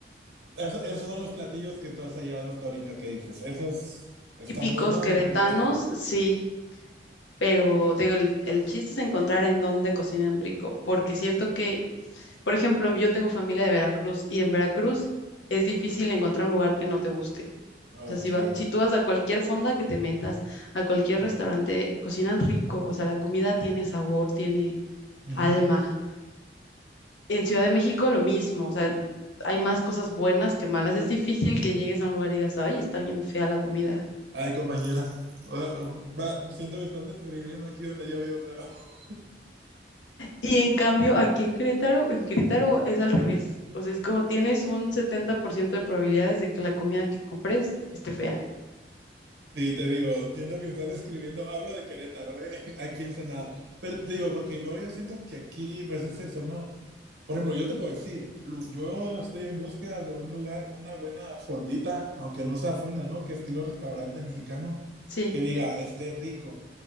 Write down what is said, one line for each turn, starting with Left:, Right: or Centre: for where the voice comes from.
Right: Eso- esos son los platillos que tú has hallado hasta ahorita que dices. Esos están
Left: Típicos
Right: buenos
Left: queretanos,
Right: y me gustan.
Left: sí, pero te digo, el, el chiste es encontrar en dónde cocinan rico, porque siento que, por ejemplo, yo tengo familia de Veracruz y en Veracruz es difícil encontrar un lugar que no te guste.
Right: Ok.
Left: O sea, si, va- si tú vas a cualquier fonda que te metas, a cualquier restaurante, cocinan rico, o sea, la comida tiene sabor, tiene
Right: Ujú.
Left: alma. En Ciudad de México lo mismo, o sea, hay más cosas buenas que malas. Es difícil que llegues a un lugar y digas, ay, está bien fea la comida.
Right: Ay, compañera. Uh, va- siento que estás describiendo aquí donde yo vivo, pero <laughs>
Left: Y en cambio, aquí en Querétaro, en Querétaro es al revés. O sea, es como tienes un 70% de probabilidades de que la comida que compres esté fea.
Right: sí, te digo, siento que estás describiendo, hablo de Querétaro, ¿eh? <laughs> Aquí en Senada. Pero te digo, porque luego yo siento que aquí, pues es eso, ¿no? Por ejemplo, yo te puedo decir, lu- yo estoy en búsqueda de un lugar, una buena fondita, aunque no sea fonda, ¿no? Que estilo restaurante mexicano,
Left: Sí,
Right: que diga, esté rico